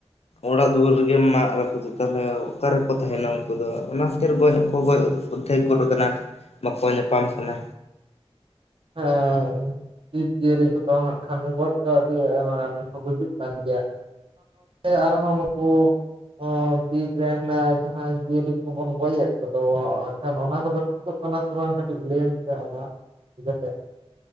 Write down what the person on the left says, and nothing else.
ᱚᱲᱟᱜ ᱫᱩᱣᱟᱹᱨ ᱨᱮᱜᱮᱢ ᱢᱟᱜ ᱨᱟᱹᱯᱩᱫ ᱟᱠᱟᱫᱟ ᱚᱠᱟ ᱨᱮ ᱠᱚ ᱛᱟᱦᱮᱱᱟ ᱩᱱᱠᱩ ᱫᱚ ᱚᱱᱟ ᱠᱷᱟᱹᱛᱤᱨ ᱜᱚᱡ ᱦᱚᱸ ᱠᱚ ᱜᱚᱡᱼᱼ ᱩᱫᱫᱷᱮᱠ ᱜᱚᱫ ᱟᱠᱟᱱᱟ ᱵᱟᱠᱚ ᱧᱟᱯᱟᱢ ᱠᱟᱱᱟ